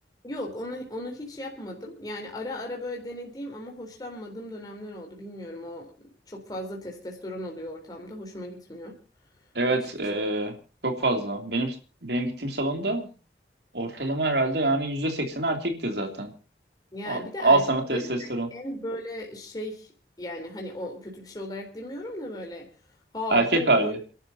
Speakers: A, on the left; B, on the right.
A: Yok onu onu hiç yapmadım. Yani ara ara böyle denediğim ama hoşlanmadığım dönemler oldu. Bilmiyorum o çok fazla testosteron oluyor ortamda. Hoşuma gitmiyor
B: Evet
A: açıkçası.
B: eee, çok fazla. Benim benim gittiğim salonda ortalama herhalde yani %80 erkekti zaten.
A: Yani
B: Al,
A: bir de erkeklerin
B: al sana testosteron.
A: de en böyle şey yani hani o kötü bir şey olarak demiyorum da böyle ha
B: Erkek
A: hu
B: hali.
A: böyle